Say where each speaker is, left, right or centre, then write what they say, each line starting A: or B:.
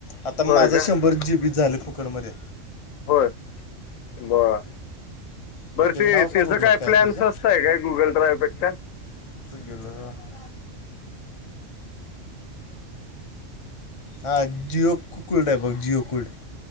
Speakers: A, on the left (about 40°); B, on the left (about 85°).
A: आता माझं
B: होय का
A: शंभर जीबी झालं फुकटमध्ये.
B: होय बर.
A: मग
B: बर ते,
A: नाव सांगू
B: त्याच
A: तुला
B: काय प्लॅन्स
A: त्याचं
B: असताय काय? गुगल ड्रायव पेक्षा.
A: <unintelligible> हा जिओ कुकुड बघ. जिओ कुड.